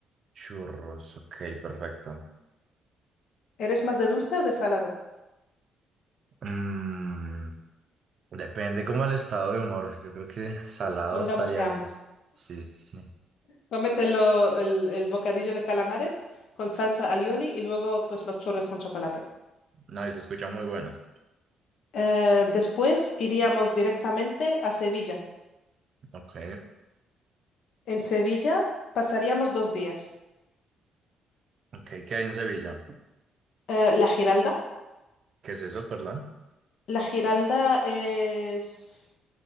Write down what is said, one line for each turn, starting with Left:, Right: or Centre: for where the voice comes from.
Right: Churros, ok, perfecto.
Left: ¿Eres más de dulce o de salado?
Right: Mm, depende como el estado de humor. Yo creo que salado
Left: Pues pongámosle
Right: estaría
Left: ambos.
Right: bien. Sí, sí, sí.
Left: Cómetelo el, el bocadillo de calamares con salsa alioli y luego pues los churros con chocolate.
Right: No, y se escuchan muy buenos.
Left: Eh, después iríamos directamente a Sevilla.
Right: Ok,
Left: En Sevilla pasaríamos dos días.
Right: ok, ¿qué hay en Sevilla?
Left: Eh, la Giralda.
Right: ¿Qué es eso, perdón?
Left: La Giralda es,